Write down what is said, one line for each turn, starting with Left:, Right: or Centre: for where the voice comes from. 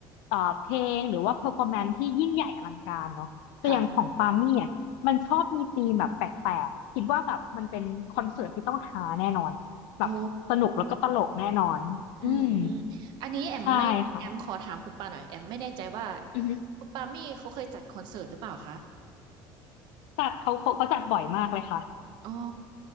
Left: เอ่อเพลงหรือว่า performance ที่ยิ่งใหญ่อลังการเนาะแต่อย่างของปามี่อะมันชอบมีธีมแบบแปลกๆคิดว่าแบบมันเป็นคอนเสิร์ตที่ต้องฮาแน่นอนแบบสนุกแล้วก็ตลกแน่นอนอืม
Right: ค่ะอ๋ออืมอืมอันนี้แอมไม่แอมขอถามคุณป่าหน่อยแอมไม่แน่ใจว่า
Left: ใช่ค่ะอือฮึ
Right: คุณปามี่เขาเคยจัดคอนเสิร์ตหรือเปล่าคะ
Left: จัดเขาเขาเขาจัดบ่อยมากเลยค่ะ
Right: อ๋อ